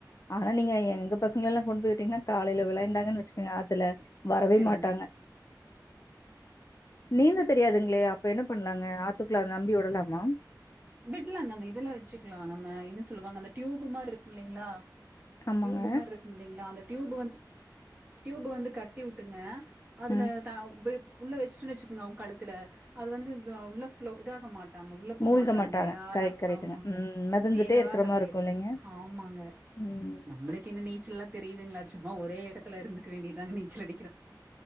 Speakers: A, on the left; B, on the right.
A: ஆனா நீங்க எங்க பசங்ளல்லா கொண்டு போய் வுட்டிங்னா காலைல வெளைன்டாங்கன் வச்சுக்கங்க ஆத்துல வரவே
B: சரிங்க.
A: மாட்டாங்க நீந்த தெரியாதுங்களே! அப்ப என்ன பண்ணலாங்க? ஆத்துக்குள்ள அத நம்பி விடலாமா?
B: விட்லாங்க அந்த இதெல்லா வச்சுக்லா நம்ம என்ன சொல்லுவாங்க அந்த ட்யூ பு மார்ருக்குமில்லெங்ளா
A: ஆமாங்க.
B: ட்யூபு மாருக்கு மில்லிங்ளா அந்த ட்யூபு வந்து டியூபு வந்து கட்டி வுட்டுங்க அதுல
A: ம்.
B: தா <unintelligible> உள்ள வச்சுட்டோன் வச்சுக்கங்க அவுங் கழுத்துல அது வந்து த உள்ள ஃப்ளொ இதாக மாட் டாங்க உள்ள போமாட்டாங்க
A: மூழ்க மாட்டாங்க.
B: மேலால
A: கரெக்ட், கரெக்ட்டுங்க.
B: ஆமாங்க
A: ம். மிதந்துட்டே
B: மேலால
A: இருக்கிற மாரி
B: அப்டி
A: இருக்கும்
B: இருக்கு
A: இல்லைங்க?
B: ஆமாங்க
A: ம்.
B: நம்ளுக்கு என்ன நீச்சல்லா தெரியுதுங்ளா சும்மா ஒரே எட த்துல இருந்துக்க வேண்டியதாங்க நீச்சல் அடி